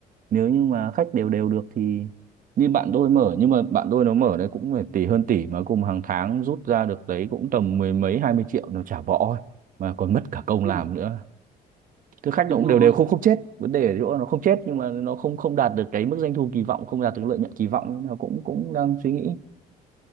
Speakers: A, on the right; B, on the right.
A: nếu như mà khách đều đều được thì như bạn tôi mở nhưng mà bạn tôi nó mở đấy cũng phải tỷ hơn tỷ mà cùng hàng tháng rút ra được đấy cũng tầm mười mấy hai mươi triệu nó chả bỏ ấy. mà còn mất cả công
B: Ừ,
A: làm nữa thực khách nó
B: đúng
A: cũng
B: rồi
A: đều đều không không chết vấn đề ở chỗ nó không chết nhưng mà nó không không đạt được cái mức doanh thu kỳ vọng không đạt được lợi nhuận kỳ vọng nên là cũng cũng đang suy nghĩ